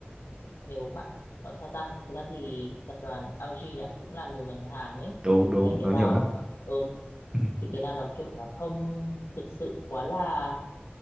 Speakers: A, on the left; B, on the right.
A: nếu mà gọi sao ta thật ra thì tập đoàn LG nhỉ cũng làm nhiều ngành hàng ấy
B: đúng đúng
A: thì cái
B: nó
A: nào
B: nhiều lắm
A: ừ
B: <laughs>
A: thì cái nào nó kiểu nó không thực sự quá là